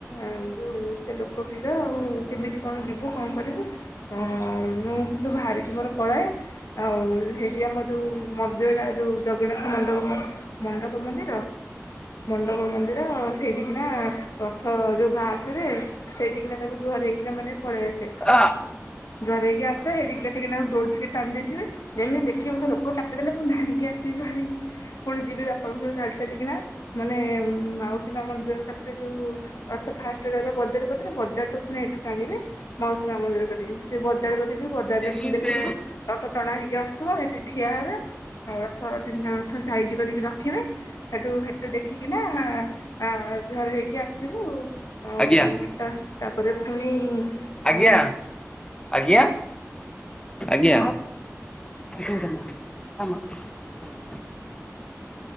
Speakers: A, on the left; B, on the left.
A: ଆଯୋଉ ଏତେ ଲୋକଭିଡ଼ ଆଉ କେମିତି କ ଣ ଯିବୁ କଣ କରିବୁ। ହଁ ମୁଁ କିନ୍ତୁ ବାହାରିକି ମୋର ପଳାଏ। ଆଉ ହେଇଠି ଆମ ଯଉ ମନ୍ଦିରଟା ଯଉ ଜଗନ୍ନାଥ ମଣ୍ଡପ ମଣ୍ଡପ ମନ୍ଦିର? ମଣ୍ଡପ ମନ୍ଦିର ସେଇଠୀ କିଣା ରଥ ଯୋଉ ବାହାରୁଥିବେ ସେଇଠିକିନା ତାକୁ ଜୁହାର ହେଇକିନା ମାନେ ପଳେଇ ଆସେ।
B: ଆ ଆ
A: ଜୁହାର ହେଇକି ଆସେ ହେଇଠିକି ଟିକେନାକୁ ଦଡ଼ଡି ଟିକେ ଟାଣି ଦେଇଥିବି। ଯେମିତି ଦେଖିବି ମୋତେ ଚାପି ଦେଲେ ଧାାଇଁକି ଆସିଭି ଭାରି ପୁଣି ଯିବି ବାପାଙ୍କ ସହିତ ଚାଲି ଚାଲି। କିନା ମାନେ ମାଉସୀ ମା ମନ୍ଦିର କତିରେ ଯଉ ରଥ ଫାଷ୍ଟରେ ରହିବ ବଜାର କତିରେ ବଜାରଠୁ ପୁଣି ଏଠୁ ଟାଣିବେ। ମାଉସୀମା ମନ୍ଦିର କତିକିଯିବୁ ସେ ବଜାର କତିକି ଯିବୁ ବଜାରରେଫୁଣି
B: ଟିକେ
A: ଦେଖୁଥିବ ରଥ ଟଣା ହେଇକି ଆସୁଥିବ ହେଠି ଠିଆ ହେବେ ରଥ ତିନିଟା ରଥ ସାଇଜ କରିକି ରଖିବେ। ହେଠୁ ହେଠୁ ଦେଖିକିନା ଜୁହାର ହେଇକି ଆସିବୁ ଅଁ
B: ଆଜ୍ଞା।
A: ତାପରେ ପୁଣି
B: ଆଜ୍ଞା
A: ଆ
B: ଆଜ୍ଞା ଆଜ୍ଞା। ଏ ଆମ <inaudible>